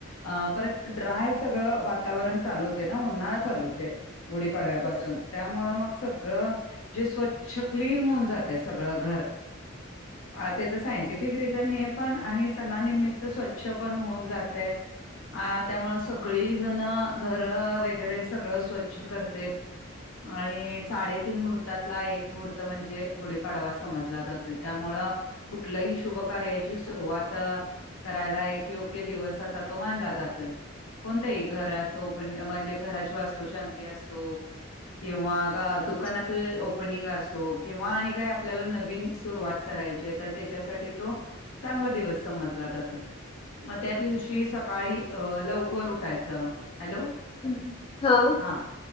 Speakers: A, on the left (about 80°); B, on the left (about 25°).
A: अ परत ड्राय सगळं वातावरण चालू होतें ना उन्हाळळा चालू होते गुढीपाडव्यापासून
B: होय
A: त्यामुं मग सगळं जे स्वच्छ. क्न होऊन जात सग घ त्यां. हे पण आणि सणानिमित्त स्वच्छ पण होऊन जातय. अ त्यामु सगळी जण घर वगैरे सगळं स्वच्छ करत आणि साडेतीन मुहूर्तातला एक मुहूर्त म्हणजे गुढीपाडवा समजला जातोय त्यामुळ कुठलही शुभ कार्याची सुरुवात करायला एक योग्य दिवस असा तो मानला जातोय. कोणतही घरा चौप म्हणजे घराची वास्तू शांती असतो. किंवा ग दुकानाच
B: अच्छा
A: ओपनिंग अस. किंवा आणि काही आपल्याला नवीन सुरवात करायची तर त्याच्यासाठी तो चांगला दिवस समजला जातो. मग त्या दिवशी
B: अच्छा
A: सकाळी अ लवकर उठायचं हॅलो.
B: हम् हा.
A: हा